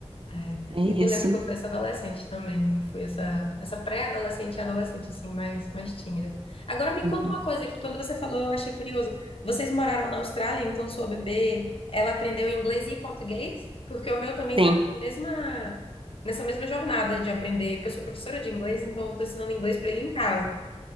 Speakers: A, on the left; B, on the right.
A: É,
B: É
A: eu me
B: isso.
A: lembro que eu fui essa adolescente também. Eu fui essa, essa pré-adolescente e adolescente, assim, mais, mais tímida. Agora me
B: Hum,
A: conta uma coisa que quando você falou eu achei curioso. Vocês moraram na Austrália, então sua bebê, ela aprendeu inglês e português? Porque o meu também
B: Sim.
A: tá nessa mesma, nessa mesma jornada de aprender. Porque eu sou professora de inglês, então eu tô ensinando inglês para ele em casa.